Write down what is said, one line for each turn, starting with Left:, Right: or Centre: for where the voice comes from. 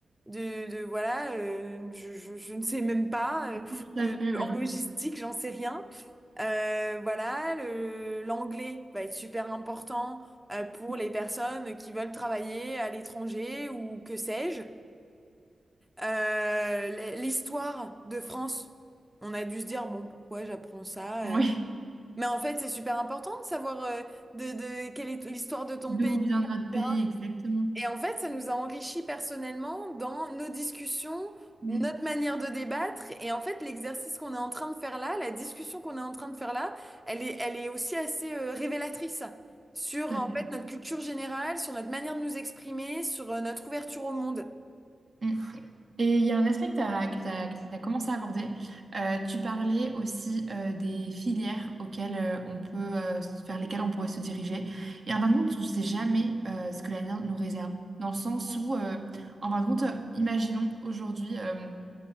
Centre: de, de- voilà, euh, je, je, je ne sais même pas, euh,
Right: Tout à
Centre: de,
Right: fait,
Centre: de-
Right: oui.
Centre: en logistique, j'en sais rien. Euh, voilà, le, l'anglais va être super important euh, pour
Right: <laughs>
Centre: les personnes qui veulent travailler à l'étranger ou que sais-je. Euh, l'histoire de France, on a dû se dire, bon, pourquoi j'apprends ça?
Right: Oui,
Centre: euh, mais en fait, c'est super important de savoir euh, de, de quelle est l'histoire de ton
Right: d'où
Centre: pays,
Right: vient
Centre: etc.
Right: notre pays exactement.
Centre: Et en fait, ça nous a enrichis personnellement dans nos discussions,
Right: Mm,
Centre: notre manière de débattre. Et en fait, l'exercice qu'on est en train de faire là, la discussion qu'on est en train de faire là, elle est, elle est aussi assez euh, révélatrice sur
Right: tout à
Centre: en
Right: fait.
Centre: fait notre culture générale, sur notre manière de nous exprimer, sur euh, notre ouverture au monde,
Right: Mm. Et il y a un aspect que tu as, que t'as- que t'as commencé à aborder. Euh, tu parlais aussi euh, des filières auxquelles euh, on peut, euh, s- vers lesquelles on pourrait se diriger. Et en fin de compte, on ne sait jamais euh, ce que l'avenir nous réserve. Dans le sens où, euh, en fin de compte, euh, imaginons aujourd'hui euh,